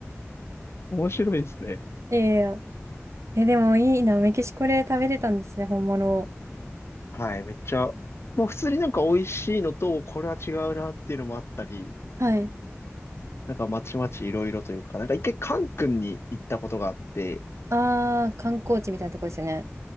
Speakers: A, on the left; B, on the right.
A: 面白いですね。
B: いやいやいや。え、でもいいな、メキシコで食べれたんですね、本物を。
A: はい、めっちゃ。もう普通になんか美味しいのと、これは違うなっていうのもあったり、
B: はい。
A: なんかまちまちいろいろというか、なんか一回カン君に行ったことがあって、
B: ああ、観光地みたいなとこですよね。